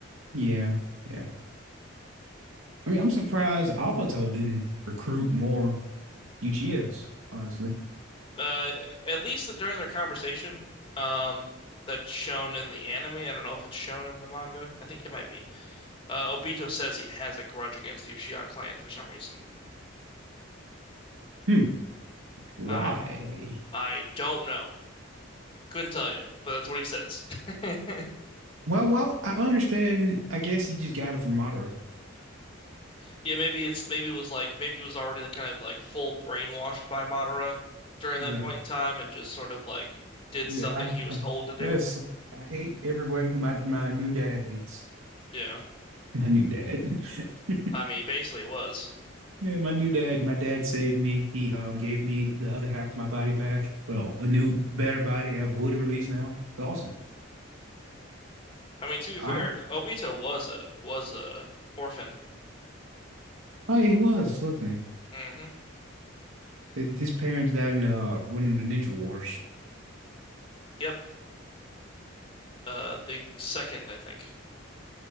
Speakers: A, on the right; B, on the left.
A: Yeah, yeah. I mean, I'm surprised Obito didn't recruit more Uchihas, honestly.
B: uh, at least during their conversation, um, that's shown in the anime. I don't know if it's shown in the manga. I think it might be. Uh, Obito says he has a grudge against the Uchiha clan for some reason.
A: Hmm. Why?
B: I I don't know. Couldn't tell you, but that's what he says. <laughs>
A: Well, well, I understand. I guess he just got it from Madara.
B: Yeah, maybe it's maybe it was like maybe he was already like kind of like full brainwashed by Madara during
A: Yeah.
B: that point in time and just sort of like did
A: Yeah,
B: something
A: I,
B: he was
A: I
B: told to do.
A: yes, I hate everyone who my, my new dad hates.
B: Yeah.
A: My new dad. <laughs>
B: I mean, basically it was.
A: Yeah, my new dad. My dad saved me. He um gave me the other half of my body back. Well, a new, better body. I have wood release now. It's awesome.
B: I mean, to be
A: I
B: fair, Obito was a was a orphan.
A: oh yeah, he was, wasn't he?
B: hmm
A: They, his parents died in uh one of the Ninja Wars.
B: Yep. Uh, the second, I think.